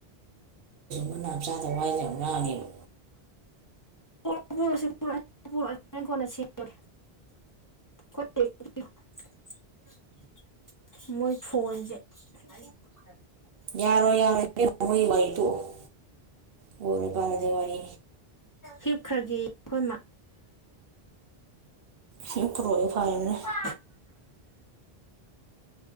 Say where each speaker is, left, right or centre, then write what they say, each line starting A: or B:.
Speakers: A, on the right; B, on the left.
A: ꯃꯨꯅꯥꯞ ꯆꯥꯗꯕ ꯋꯥꯏꯔꯦ ꯌꯥꯝ ꯉꯥꯡꯉꯦꯕ
B: ꯄꯨꯔꯛꯑꯣ ꯄꯨꯔꯛꯁꯤ ꯄꯨꯔꯛ ꯄꯨꯔꯛ ꯀꯣꯟꯅ ꯁꯦꯝꯃꯒꯦ <unintelligible> ꯃꯣꯏ ꯐꯣꯟꯖꯦ <unintelligible>
A: ꯌꯥꯔꯣꯏ ꯌꯥꯔꯣꯏ ꯏꯕꯦꯝ ꯃ ꯃꯣꯏ ꯋꯥꯔꯤ ꯇꯣꯛꯑꯣ ꯑꯣꯏꯔꯣꯏ ꯄꯥꯔꯣꯏꯗꯩ ꯋꯥꯔꯤ
B: ꯍꯤꯞ ꯈ꯭ꯔꯒꯦ ꯑꯩꯈꯣꯏ ꯃꯥ
A: ꯍꯤꯞꯄꯨꯔꯣꯌꯣ ꯐꯔꯦ ꯗꯨꯅ
B: ꯄꯥ